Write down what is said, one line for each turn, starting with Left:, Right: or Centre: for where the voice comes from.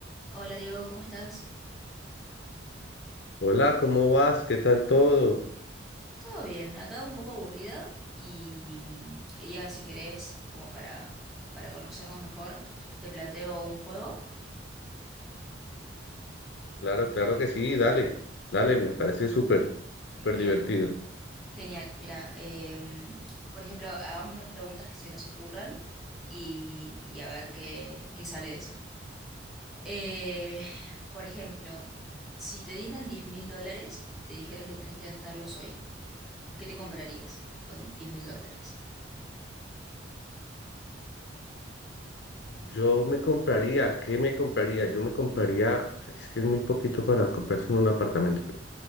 Centre: Hola Diego, ¿cómo estás?
Left: Hola, ¿cómo vas? ¿Qué tal todo?
Centre: Todo bien, acá un poco aburrida y mm, quería, si querés, como para, para conocernos mejor, te planteo un juego.
Left: Claro, claro que sí, dale, dale, me parece súper, súper
Centre: Bien,
Left: divertido.
Centre: genial. Mira, em, por ejemplo, hagamos unas preguntas que se nos ocurran y, y a ver qué, qué sale de eso. Eh, por ejemplo, si te dieran diez mil dólares y te dijeran que tenés que gastarlos hoy, ¿qué te comprarías con diez mil dólares?
Left: Yo me compraría, ¿qué me compraría? Yo me compraría, es que es muy poquito para comprarse un apartamento, pero